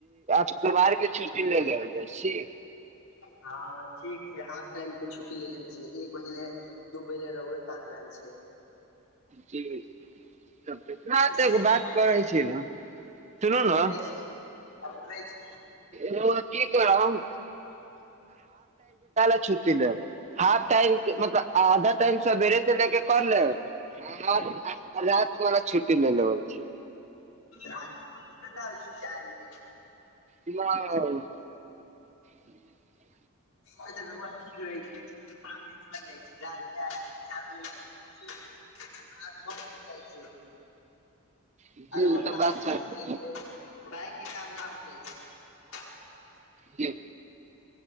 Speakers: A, on the right (about 30°); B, on the left (about 75°).
A: शुक्रवार के छुट्टी ले लेल जाइ छी
B: हँ ठीक छै हाफ टाइम के छुट्टी ले ले एक बजलय दू बजलय रहुड़े साथ रहम छै
A: जी बात
B: ठीक छै दू बजे
A: करै
B: ले
A: छी न सुनू
B: आ
A: न
B: बोलै छै आ बोलै छै
A: र‌उरा कि करम छुटी लेब हाफ टाइम मतलब आधा टाइम सवेरे से लेके कर ले मरा छुट्टी ल लबै छै
B: राजमे रोजी करना होै छै जायमे
A: जी <unintelligible>
B: <unintelligible> रहै छै साम‌ में चल जाइ छै रातिमे आ चारि बजे आठ नौ बज जाइ छै
A: जी
B: अरे
A: ई
B: व
A: तऽ
B: काम
A: बात
B: न
A: सही
B: हो जाइ छै बैंक के काम न हो जाइ छै
A: जी